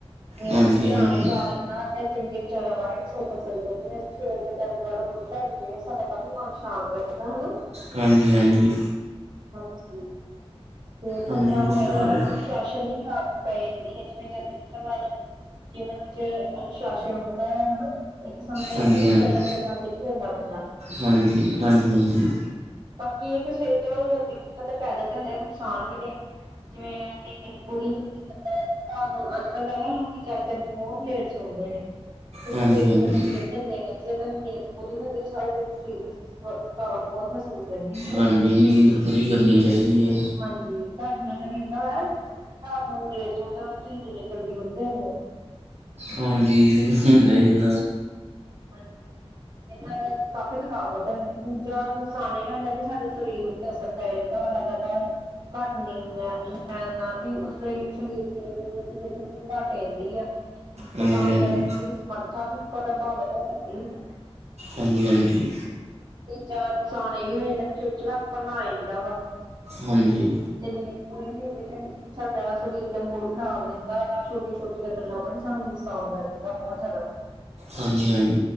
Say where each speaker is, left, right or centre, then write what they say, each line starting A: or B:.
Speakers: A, on the right; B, on the right.
A: ਵੈਸੇ
B: ਹਾਂਜੀ
A: ਧਿਆਨ
B: ਹਾਂਜੀ
A: ਪ੍ਰਾਰਥਨਾ ਚੰਗੇ ਵਿਚਾਰਾਂ ਬਾਰੇ ਵੀ ਸੁਚ ਸਕਦੇ ਹਾਂ ਜਿਵੇਂ ਅਸੀਂ ਸਵੇਰ ਦੇ ਟਾਈਮ ਨਾਲੋਂ ਗੁਰੂ ਘਰ ਵੀ ਜਾਈਏ ਸਾਡਾ ਤਾਂ ਵੀ ਮਨ ਸ਼ਾਂਤ ਰਹੇ <unintelligible> ਕਿਦਾ ਹਨਾਂ
B: ਹਾਂਜੀ ਹਾਂਜੀ।
A: ਹਾਂਜੀ ਤੇ
B: ਹਾਂਜੀ
A: ਪੰਜਵਾਂ
B: ਗੁਰਦੁਆਰਾ
A: ਫਾਇਦਾ
B: ਹੈ।
A: ਪ੍ਰਸ਼ਾਸਨ ਦੀ ਵੀ, ਆਦਤ ਪੈ ਜਾਂਦੀ ਹੈ ਜਿਵੇਂ ਜਲਦੀ ਉੱਠਣ, ਵ ਜੀਵਨ ਵਿੱਚ, ਅਨੁਸ਼ਾਸਨ ਹੁੰਦਾ ਹੈ, ਹਨਾ ਇੱਕ ਸਮੇਂ
B: ਹਾਂਜੀ
A: ਦੀ,
B: ਹਾਂਜੀ
A: ਕਦਰ ਕਰਨਾ ਸਿੱਖੋ ਉਹ ਹੁੰਦਾ, ਬੰਦਾ
B: ਹਾਂਜੀ, ਹਾਂਜੀ ਹਾਂਜੀ
A: ਕੀ, ਕਿ ਸਵੇਰੇ ਚਲੋ ਜਲਦੀ ਉੱਠਣ ਦੇ ਫਾਇਦਾ ਤੇ ਹੁੰਦੇ, ਨੁਕਸਾਨ ਵੀ ਨੇ ਜਿਵੇਂ, ਨੀਂਦ ਪੂਰੀ ਨੀ ਹੁੰ <unintelligible> ਰਾਤ ਨੂੰ ਅੱਜ ਕੱਲ੍ਹ ਵੈਸੇ ਲੋਕ ਜ਼ਿਆਦਾਤਰ ਬਹੁਤ ਲੇਟ ਸੋੰਦੇ ਨੇ। ਸਵੇਰੇ
B: ਹਾਂਜੀ ਹਾਂਜੀ
A: ਜਲਦੀ ਜਾਂਦੇ ਨੇ ਇਹਦੇ ਕਹਿੰਦੇ ਨੀਂਦ ਪੂਰੀ ਨੀ ਹੁੰਦੀ ਸਾਰਾ ਦਿਨ ਸਰੀਰ ਵਿੱਚ ਥਕਾਵਟ ਬਹੁਤ ਮਹਿਸੂਸ ਰਹਿੰਦੀ ਹੈ ਨਾ
B: ਹਾਂਜੀ ਨੀਂਦ ਪੂਰੀ ਕਰਨੀ ਚਾਹੀਦੀ ਹੈ।
A: ਹਾਂਜੀ ਤੁਹਾਡੇ ਨਾਲ ਕਦੇ ਏਦਾ ਹੋਇਆ ਜਿਵੇਂ ਤੁਸੀਂ ਰਾਤ ਨੂੰ ਲੇਟ ਸੋੰਦੇ ਹੋ ਤੁਸੀਂ ਜਨੇ ਜਲਦੀ ਉੱਠਦੇ ਹੋਵੋ?
B: ਹਾਂਜੀ ਹੁੰਦਾ ਹੀ <unintelligible>
A: ਹਾਂਜੀ। ਇਹ ਨਾਲ ਕਾਫ਼ੀ ਥਕਾਵਟ ਹੈ ਦੂਜਾ ਨੁਕਸਾਨ ਇਹ ਹੈਗਾ ਕਿ ਸਾਡੇ ਸਰੀਰ ਉੱਤੇ ਅਸਰ ਰਹਿੰਦਾ ਵਾ ਲਗਾਤਾਰ ਘੱਟ ਨਹੀਂ ਲੈ ਲੈਣ ਨਾਲ ਵੀ ਉਸ ਸਰੀਰ ਦੀ ਇਮਿਊਨਿਟੀ ਜਿਹੜੀ ਹੁੰਦੀ ਉਹ ਘੱਟ ਜਾਂਦੀ ਆ। ਤੇ
B: ਹਾਂਜੀ
A: ਕੰਮ
B: ਹਾਂਜੀ
A: ਕਰਨ ਦੀ ਜਿਹੜੀ ਸਮਰੱਥਾ ਵੀ ਪ੍ਰਭਾਵਿਤ ਹੋ ਜਾਂਦੀ ਹੈ ਨਾ।
B: ਹਾਂਜੀ ਹਾਂਜੀ।
A: ਤੇ, ਜ਼ਿਆਦਾ ਨੁਕਸਾਨ ਇਹ ਵੀ ਹੋ ਜਾਂਦਾ, ਚਿੜਚਿੜਾ ਪਨ ਆ ਜਾਂਦਾ, ਵਾ।
B: ਹਾਂਜੀ
A: ਜੇ, ਨੀਦ ਪੂਰੀ ਨੀ ਹੁੰਦੀ, ਤੇੈਨੂੰ ਸਾਡਾ ਸਰੀਰ ਦਾ, ਮੂਡ ਖ਼ਰਾਬ ਰਹਿੰਦਾ ਛੋਟੀਆਂ ਛੋਟੀਆਂ ਗੱਲਾਂ ਤੋਂ ਵੀ ਸਾਨੂੰ ਗੁੱਸਾ ਆਉਦਾ ਰਹਿੰਦਾ, ਬਹੁਤ ਜ਼ਿਆਦਾ <unintelligible> <unintelligible>
B: ਹਾਂਜੀ ਹਾਂਜੀ,